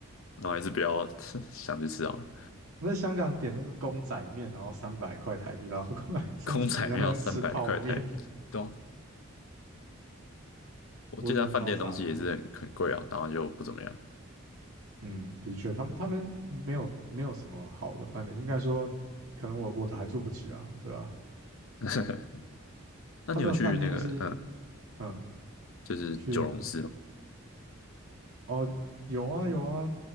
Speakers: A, on the left; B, on the right.
A: 那我还是不要 <laughs> 想去吃好了。
B: 那香港点那个公仔面，然后三百块台币，然后过来说就人家都在吃泡面，
A: 空仔面要三百块台币，对啊，我记得他饭店东西也是很很贵啊，
B: 我真的超傻眼的
A: 然后就不怎么样。
B: 嗯，的确，他们他们没有没有什么好的饭店，应该说，可能我我都还住不起啊，对吧、
A: <laughs> 那你有去那个嗯，
B: 他们的饭店就是，嗯，
A: 就是九龙寺吗？
B: 去哪哦，有啊有啊，